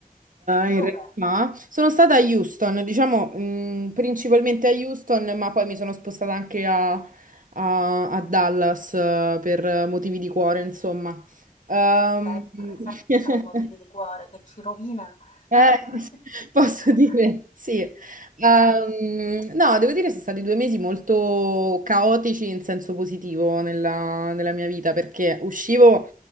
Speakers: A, on the right (about 65°); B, on the left (about 55°).
A: in
B: Dove?
A: realtà. Sono stata a Houston, diciamo, mh, principalmente a Houston, ma poi mi sono spostata anche a, a- a Dallas, eh, per motivi di cuore, insomma. Ehm,
B: Sempre, sempre
A: <laughs>
B: motivi di cuore che ci rovinano.
A: Eh,
B: <laughs>
A: <laughs> posso dire, sì. Ehm, no, devo dire sono stati due mesi molto caotici in senso positivo nella, nella mia vita, perché uscivo,